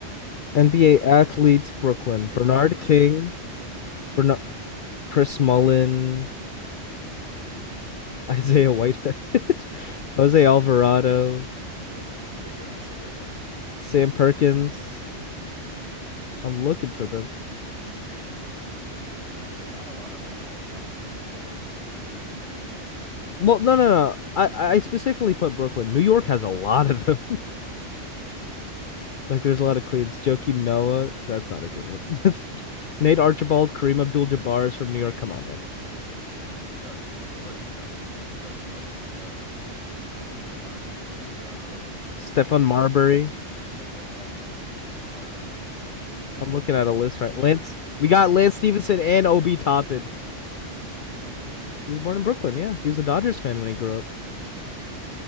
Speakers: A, on the right; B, on the left.
A: was
B: NBA
A: born in
B: athletes,
A: Brooklyn.
B: Brooklyn.
A: Yeah,
B: Bernard
A: Carmelo Anthony
B: King,
A: was born in Brooklyn. Bernard
B: Bernard,
A: King.
B: Chris Mullin, Isaiah Whitehead, <laughs> Jose Alvarado,
A: Hey man, we did get Isaiah Whitehead.
B: Sam
A: We did
B: Perkins.
A: get that guy.
B: I'm looking for them.
A: It's crazy, but like, there're not a lot of like all-time great players who are from New York.
B: Well, no, no, no. I, I specifically put Brooklyn. New York has a lot of them. <laughs> Like, there's a lot of Queens. Joakim Noah. That's not a good one. <laughs> That's Nate Archibald, Kareem Abdul-Jabbar is from New York. Come on, man.
A: I mean, because you got for like just New York, you got Melo, you got Julius Irving, Bernard King, you got uh
B: Stephon
A: Kareem,
B: Marbury.
A: Kemba Walker, yeah, Marbury, you got
B: I'm looking at a list
A: oh,
B: right.
A: tch,
B: Lance, we got Lance
A: <laughs>
B: Stevenson
A: yo
B: and
A: Jordan.
B: Obi Toppin.
A: Jordan was born in born in New York.
B: He was born in Brooklyn. Yeah, he was a Dodgers fan when he grew up.
A: Damn.